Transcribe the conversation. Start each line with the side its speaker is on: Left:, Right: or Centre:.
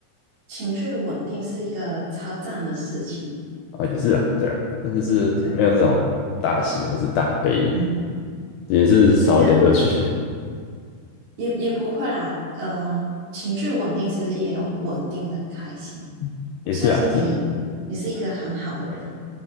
Right: 情绪稳定是一个超赞的事情。
Left: 啊，也是啦，对啦，但就是没有那种大喜或是大悲，
Right: 对，嗯，
Left: 也是少一点乐趣，
Right: 你是一个，嗯，也也不会啦，呃，情绪稳定其实也有稳定的开心。
Left: <laughs> 也是啦，
Right: 我相信你，
Left: 也是啦，
Right: 你是一个很好的人。